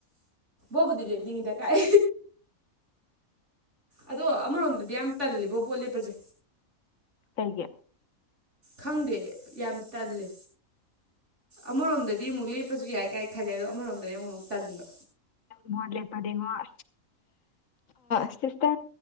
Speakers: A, on the right (about 55°); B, on the left (about 70°).
A: ꯣꯕꯨꯗꯤ ꯂꯩꯉꯗꯀꯥꯏ ꯑꯗꯣ ꯑꯃꯔꯣꯝꯗꯗꯤ ꯌꯥꯝ ꯇꯜꯂꯤꯕꯣ ꯕꯣꯠ ꯂꯦꯞꯄꯁꯦ
B: ꯀꯩꯒꯤ
A: ꯈꯪꯗꯦ ꯌꯥꯝ ꯇꯜꯂꯤ ꯑꯃꯔꯣꯝꯗꯗꯤ ꯑꯃꯨꯛ ꯂꯦꯞꯄꯁꯨ ꯌꯥꯏ ꯀꯥꯏ ꯈꯜꯗꯦ ꯑꯗꯣ ꯑꯃꯔꯣꯝꯗꯗꯤ ꯑꯃꯨꯛ ꯑꯃꯨꯛ ꯇꯟꯕ
B: ꯃꯠꯂꯦ ꯄꯔꯦꯡꯉ ꯑ ꯆꯁꯇꯥ